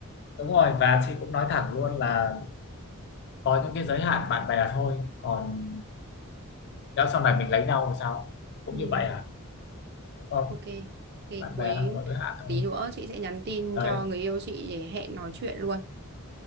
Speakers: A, on the left; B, on the right.
A: đúng rồi và chị cũng nói thẳng luôn là có những cái giới hạn bạn bè thôi còn nhỡ sau này mình lấy nhau thì sao cũng
B: ừ
A: như vậy à đúng không
B: ok ok
A: bạn
B: cuối
A: bè nó phải có giới hạn thôi
B: tí nữa chị sẽ nhắn tin
A: đấy
B: cho người yêu chị để hẹn nói chuyện luôn